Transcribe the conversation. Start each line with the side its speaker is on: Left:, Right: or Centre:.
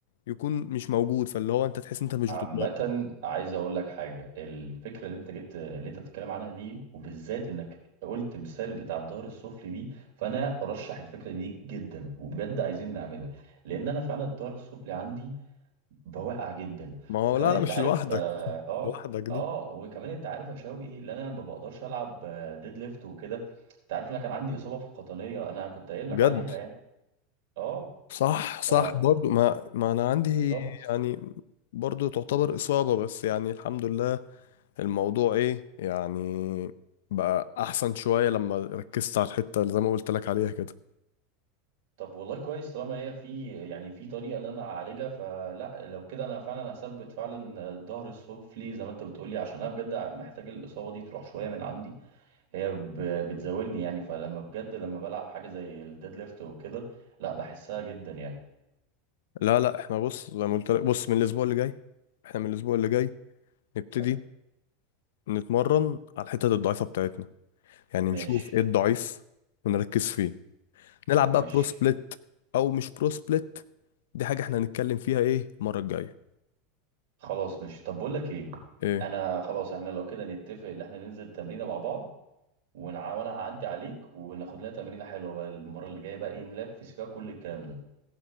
Left: يكون مش موجود فاللي هو انت تحس انت مش
Right: عامة
Left: بتتمرن
Right: عايز اقول لك حاجة الفكرة اللي انت جبت اللي انت بتتكلم عنها دي وبالذات انك قلت مثال بتاع الظهر السفلي دي فانا ارشح الفكرة دي جدا وبجد عايزين نعملها لان انا فعلا الظهر السفلي عندي بواقع جدا
Left: ما هو
Right: وكمان
Left: لا
Right: انت
Left: لا مش
Right: عارف
Left: لوحدك
Right: اه اه
Left: لوحدك
Right: آه،
Left: دي
Right: وكمان انت عارف يا شوقي ان انا ما بقدرش العب آه، ديد ليفت وكده انت عارف ان انا كان عندي اصابه في القطنيه انا كنت قايل لك
Left: بجد
Right: عليها يعني اه
Left: صح صح
Right: ف
Left: برضو ما ما انا عندي
Right: بالظبط
Left: يعني برضو تعتبر اصابة بس يعني الحمد لله الموضوع ايه يعني بقى احسن شوية لما ركزت على الحتة اللي زي ما قلت لك عليها كده
Right: طب والله كويس طالما هي في يعني في طريقه ان انا اعالجها فلا لو كده انا فعلا هثبت فعلا الظهر السفلي زي ما انت بتقولي عشان انا بجد محتاج الاصابه دي تروح شويه من عندي هي ب- بتزاولني يعني فلما بجد لما بلعب حاجه زي الديد ليفت وكده لا بحسها جدا يعني
Left: لا لا احنا بص زي ما قلت لك بص من الاسبوع اللي جاي احنا من الاسبوع اللي جاي نبتدي
Right: حلو
Left: نتمرن على الحتت الضعيفة بتاعتنا يعني
Right: ماشي
Left: نشوف ايه الضعيف ونركز فيه نلعب
Right: ماشي
Left: بقى برو سبليت او مش برو سبليت دي حاجة احنا هنتكلم فيها ايه المرة الجاية
Right: خلاص ماشي طب بقول لك ايه
Left: ايه
Right: انا خلاص احنا لو كده نتفق ان احنا ننزل تمرينه مع بعض ونع... وانا هعدي عليك وناخد لنا تمرينه حلوه بقى المره اللي جايه بقى ايه نلفس فيها كل الكلام ده